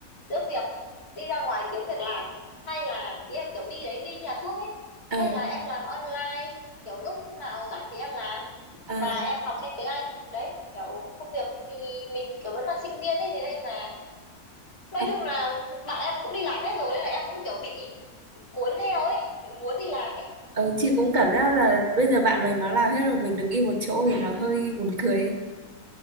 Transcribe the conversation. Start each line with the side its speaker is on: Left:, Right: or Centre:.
Left: giữa việc đi ra ngoài kiếm việc làm hay là ý là kiểu đi đấy đi nhà thuốc ấy
Right: ờ
Left: hay là em làm online kiểu lúc nào rảnh thì em làm
Right: ờ
Left: và em học thêm tiếng Anh đấy kiểu công việc thì mình kiểu vẫn là sinh viên ấy thế nên là nói
Right: ờ,
Left: chung là bạn em cũng đi làm hết rồi nên là em cũng kiểu bị bị cuốn theo ấy bị muốn đi làm ấy
Right: ờ, chị cũng cảm giác là bây giờ bạn mình nó làm hết rồi mình đứng im một chỗ thì nó hơi buồn cười ấy.